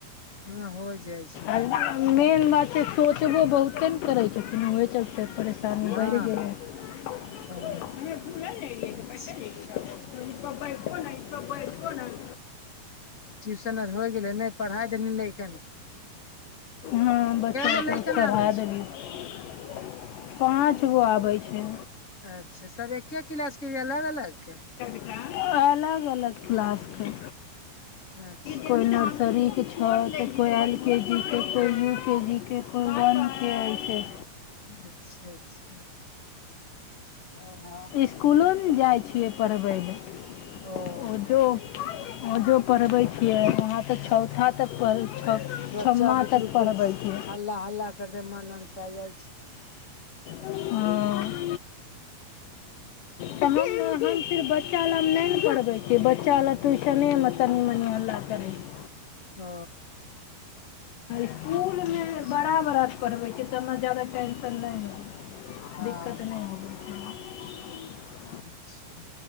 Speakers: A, on the left; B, on the left.
A: हँ हो जाइ छै
B: आ मेन बात छै सोचबो बहुते ने करै छथिन इ चलते च
A: हँ
B: बर गेल
A: हँ
B: <unintelligible>
A: ओ अच्छा
B: ई सब बैो ने ई सब बैको ने <unintelligible>
A: ट्यूशन आर होइ गेलै नहि पढ़ाई देलही ल‌इकन केँ
B: हँ बच्चा
A: गो
B: त
A: लैकन
B: पढ़ा
A: आबै
B: देलीये पाँच गो आबै छै।
A: अच्छा सब एके क्लास के या अलग अलग क
B: अलग अलग क्लासके
A: अच्छा
B: कोए
A: अच्छा
B: नर्सरी हँ तऽ कोइ एल के जी के कोइ यू के जी के कोइ वन के छै
A: अच्छा अच्छा छ हं <inaudible>
B: स्कुलो ने जाइ छियै पढ़बै लए
A: ओ
B: ऊ जो ओजो पढ़बै छियै वहाँ तऽ चौथा तक छओ
A: बच्चा
B: छओ्म
A: बुतरुक
B: तक पढ़बै छै
A: हल्ला हल्ला करे मन अ साइ जाइ छै
B: हं त हम हम फिर बच्चा <unintelligible> बच्चा ले हम नहि ने पढ़बै छियै बच्चा लए ट्यूशनेमे तनी मनि हल्ला करै छै।
A: ओ
B: स्कुलमे
A: अच्छा
B: बड़ा बड़ा के पढ़बै छियै त हमरा ज्यादा टेन्शन नहि होबे छै
A: हँ
B: दिक्कत नहि होवै छै
A: अच्छा